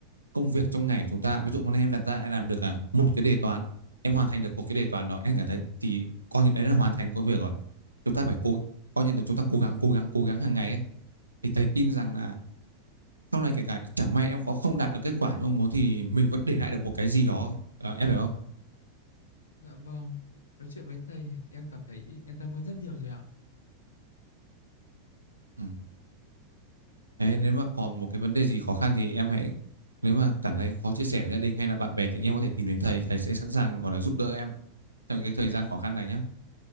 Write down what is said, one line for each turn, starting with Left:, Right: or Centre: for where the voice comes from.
Right: công việc trong ngày của chúng ta ví dụ hôm nay em đặt ra em làm được à, một cái đề toán em hoàn thành được một cái đề toán đó em cảm thấy thì coi như đấy là hoàn thành công việc rồi chúng ta phải cố coi như là chúng ta cố gắng cố gắng cố gắng hàng ngày ấy. thì thầy tin rằng là sau này kể cả chẳng may em có không đạt được kết quả như mong muốn thì mình vẫn để lại được một cái gì đó Ờ, em hiểu không
Left: Dạ vâng, nói chuyện với thầy em cảm thấy yên tâm hơn rất nhiều rồi ạ.
Right: ừ. Ê, nếu mà còn một cái vấn đề gì khó khăn thì em hãy nếu mà cảm thấy khó chia sẻ với gia đình hay là bạn bè thì em có thể tìm đến thầy thầy sẽ sẵn sàng gọi là giúp đỡ em trong cái thời gian khó khăn này nhé.